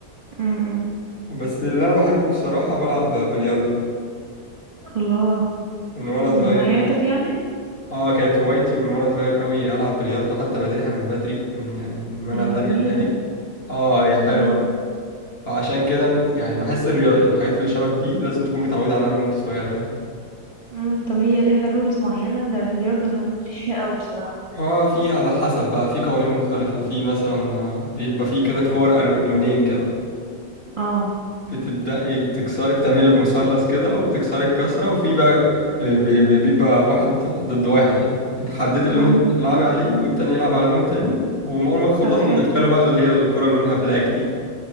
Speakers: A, on the right; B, on the left.
A: امم أمم.
B: بس اللي أنا بحبه الصراحة بلعب بلياردو
A: الله
B: من وأنا
A: من
B: صغير
A: هواياتك
B: يعني
A: يعني
B: اه كانت هوايتي من وانا صغير قوي العب بلياردو حتى بادئها من بدري من يعني من وانا
A: الله
B: تانية
A: جميلة
B: اعدادي اه هي حلوة
A: امم
B: فعشان كده يعني بحس الريا- الحاجات اللي شبه دي لازم تكون متعودة عليها من وانت صغيرة يعني
A: امم طب هي ليها رولز معينة البلياردو انا ماليش فيها قوي بصراحة
B: اه في على حسب بقى في قوانين مختلفة في مثلا آه، بيبقى في كده كور أل- لونين كده
A: اه
B: بتبدأي بتكسري بتعملي المثلث كده وبتكسري الكسرة وفي بقى آه، بي- بي- بيبقى واحد ضد واحد يعني بنحدد اللون
A: امم
B: اللي بتلعبي عليه والتاني يلعب على لون تاني وأول ما تخلصي
A: طب حلو
B: يدخلوا بقى اللي هي الكرة اللي لونها بلاك دي